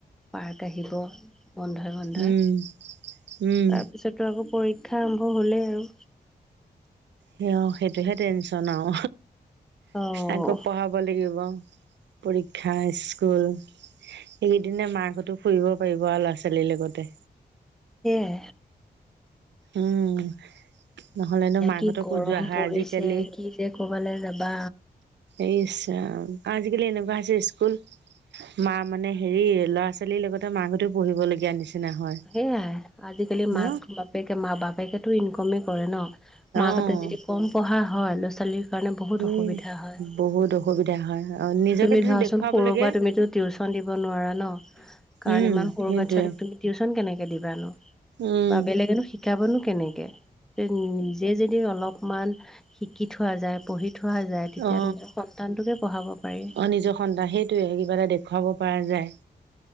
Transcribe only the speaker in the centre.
<unintelligible> আহিব বন্ধই বন্ধই
তাৰপিছতো আকৌ পৰীক্ষা আৰম্ভ হ'লেই আৰু।
অ',
সেয়াই।
কি গৰম
পৰিছে
কি যে ক'বালৈ যাবা।
সেইয়াই আজিকালি মাক
বাপেকে মা বাপেকেতো ইনকমে কৰে ন। মাক
হতে যদি কম পঢ়া হয় ল'ৰা ছোৱালীৰ কাৰণে বহুত
অসুবিধা হয়।
তুমি
ধৰাচোন
সৰুৰ
পৰা তুমিতো টিউচন দিব নোৱাৰা ন। কাৰণ
ইমান সৰুৰ
বাচ্ছাটোক তুমি টিউচন কেনেকে দিবা ন
বা বেলেগেনো শিকাবনো কেনেকে নিজে যদি অলপ অকমান শিকি থোৱা যায় পঢ়ি থোৱা যায় তেতিয়া
নিজৰ সন্তানটোকে পঢ়াব। পাৰি